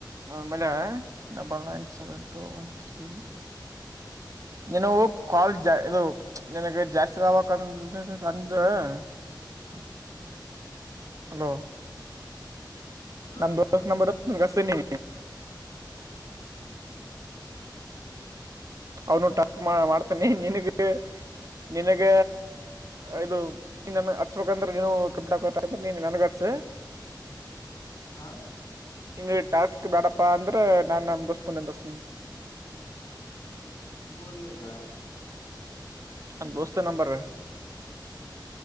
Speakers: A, on the right; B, on the left.
A: ನಂಬಲಿ ನಾ ಬಂದಾಗಿಂದ ಸ್ ಟು ಒನ್
B: ಹ್ಮ್
A: ಸ್ಟಿ ನಿನವು ಕಾಲ್ ಜಾ ಅದು ನಿನಗ ಜಾಸ್ತಿ ಅದಾವ್ ಕಮ್ಮಿ ಅದ್ ದ ಅ <unintelligible> ಹಲೋ
B: ಹ್ಮ್
A: ನಮ್ಮ ದೋಸ್ತ ನಂಬರ ಗಸ ನೀ
B: ಹ್ಮ
A: ಅವನು ಟಕ್ ಮಾಡ್ತಾನಿ ನಿನಗ ನಿನಗ ಇದು ನನ್ ಹಚ್ಬೇಕಂದ್ರೆ ನೀನು ಕಬಾ ನನಗ ಹಚ್ಸ ಹ
B: ಹಾ
A: ನಿಂಗ್ ಟಾಸ್ಕ್ ಬೇಡಪ್ಪಾ ಅಂದ್ರೆ ನಾನ ಅನ್ ಬಸ್ಪಂತಸ್ನ
B: ನಿನ್ ಫೋನ್ಲಿಂದ
A: ಅಬೋಸ್ತನ್ ನಂಬರ್